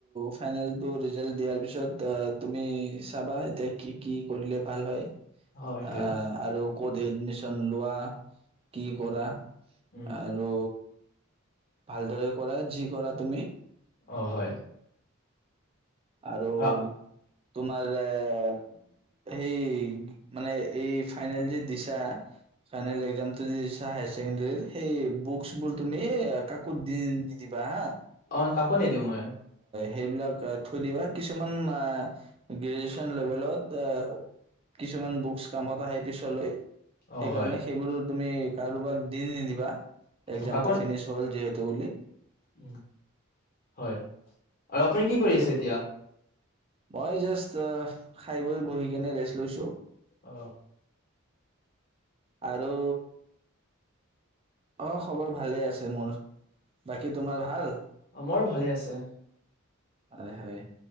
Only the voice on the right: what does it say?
ফাইনেলটো ৰিজাল্ট দিয়াৰ পিছত, তুমি চাবা এতিয়া, কি কি কৰিলে ভাল হয়
আ- আৰু ক'ত এডমিছ <unintelligible> লোৱা, কি কৰা
আৰু ভালদৰে কৰা, যি কৰা তুমি।
আৰু
তোমাৰ <unintelligible> সেই, মানে এই ফাইনেল যে দিছা, ফাইনেল একজামটো যে দিছা হায়াৰ চেকেণ্ডেৰী, সেই বুকচবোৰ তুমি কাকো দি নিদিবা হাঁ।
সেইবিলাক থৈ দিবা, কিছুমান আ গ্ৰেজুৱেচন লেভেলত, কিছুমান বুকচ কামত আহে পিছলৈ
সেইকাৰণে
সেইবোৰো তুমি কাৰোবাক দি নিদিবা। একজামটো
ফিনিছ হল যিহেত <inaudible>
মই জাষ্ট অ', খাই বৈ বহি কেনে ৰেষ্ট লৈছো।
আৰু অ', খবৰ ভালে আছে মোৰ। বাকী তোমাৰ ভাল?
হয়, হয়